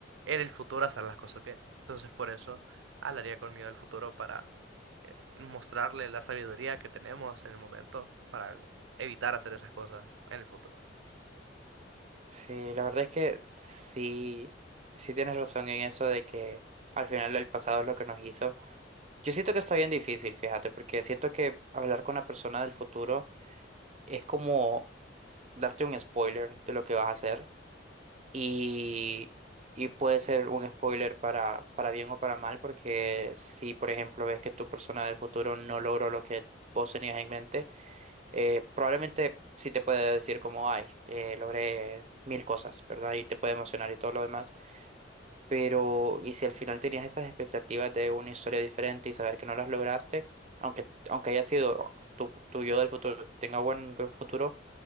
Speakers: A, on the right; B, on the right.
A: en el futuro hacer las cosas bien. Entonces por eso hablaría con miedo al futuro para eh, mostrarle la sabiduría que tenemos en el momento para evitar hacer esas cosas en el futuro.
B: Sí, la verdad es que sí, sí tienes razón en eso de que al final el pasado es lo que nos hizo. Yo siento que está bien difícil, fíjate, porque siento que hablar con una persona del futuro es como darte un spoiler de lo que vas a hacer y, y puede ser un spoiler para, para bien o para mal, porque si, por ejemplo, ves que tu persona del futuro no logró lo que vos tenías en mente, eh, probablemente sí te puede decir como, ay, eh, logré mil cosas, ¿verdad? Y te puede emocionar y todo lo demás, pero y si al final tenías esas expectativas de una historia diferente y saber que no las lograste, aunque, aunque haya sido... Tu, tu yo del futuro tenga buen, buen futuro,